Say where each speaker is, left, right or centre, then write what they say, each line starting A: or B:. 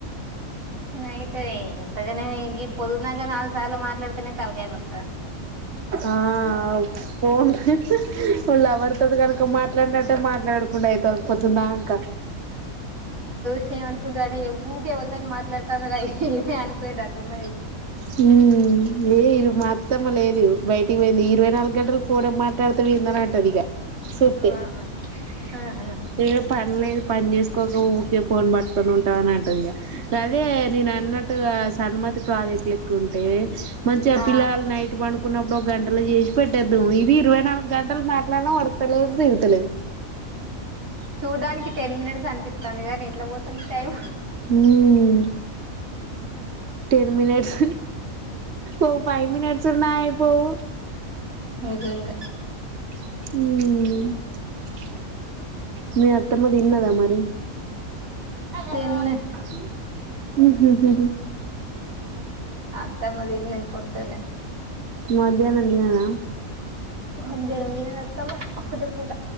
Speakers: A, on the right; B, on the right.
A: నైట్ ఇంతగానే ఈ పొద్దుందంక నాలుగు సార్లు మాట్లాడితేనే తలకాయ్ నోతాంది
B: ఆ అవ్ ఫోన్ ఓ లవర్ తోట్ గడుప్ తో మాట్లాడినట్టే మాట్లాడకునూడైతంది పోదుంధనుక
A: షి ఏమనుకుంట రంటే ఏవ్ ఊకే ఎవల్తోని మాట్లాడుతాంద్ర ఇది అనుకునేటట్ తున్నాదిది
B: హు ఈ మా ఇది మా అత్తమ్మ లేదు బైటికీ పోయింది ఇరవై నాలో గంటలు ఫోనె మాట్లాడుతవ్ ఎందిఅని అంట్టధిగ సూతే
A: ఆ ఆహా
B: ఇగ పని లేద్ పని చేసుకో ఊకే ఫోన్ పట్టుకొని ఉంటావని అంటదిగా గదే నిన్నట్టుగా సన్మతి ప్రాజెక్ట్ లే కుంటే మంచిగా
A: ఆ
B: పిల్లలు నైట్ పండు న్నప్పుడు ఒక గంటల చేసి పెట్టేద్దుము ఇది ఇరవై నాలుగు గంటలు మట్ ట్లాడిన ఒడ్త లేదు తిరుతలేదు
A: చూడ్డానికి టెన్ మినిట్స్ అనిపితంది గానీ ఎట్లా పోతుంది టైం
B: హ్మ్ టెన్ మనిట్స్ ఓ ఫైవ్ మినిట్స్ ఉన్న ఐపోవు
A: నిజంగా
B: హుమ్ మీ అత్ త్తమ్మ తిన్నదా మరి
A: తిన్న
B: జ మ్ హు హు
A: అత్తమ్మ తిన్నది పొద్దున
B: మధ్యాహ్నం తినదా
A: మధ్యాహనం తినది అత్తమ్మ ఒక్కటే పూట